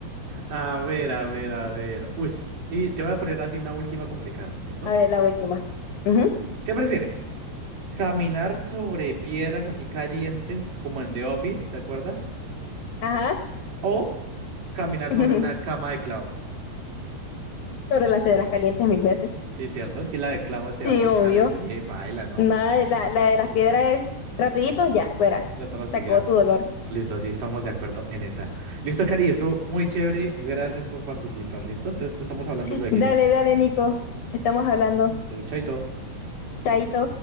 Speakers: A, on the right; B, on the left.
A: a ver, a ver, a ver. Uy, y te voy a poner así una última complicada, ¿listo?
B: A ver, la última. Ujú,
A: ¿Qué prefieres? ¿Caminar sobre piedras así calientes como en The Office, ¿te acuerdas?
B: Ajá.
A: ¿O caminar
B: <laughs>
A: sobre una cama de clavos?
B: Sobre las piedras calientes mil veces.
A: Sí, cierto, es que la de clavos te
B: Sí,
A: va a pinchar
B: obvio.
A: el pie, paila, ¿no?
B: Nada, de la, la de las piedras es rapidito, ya, fuera.
A: De atrocidad.
B: Se acabó tu dolor.
A: Listo, sí, estamos de acuerdo en esa. Listo, Cari, estuvo muy chévere. Gracias por participar. Listo, entonces estamos hablando
B: <laughs>
A: luego.
B: Dale, dale, Nico. Estamos hablando.
A: Chaito.
B: Chaito.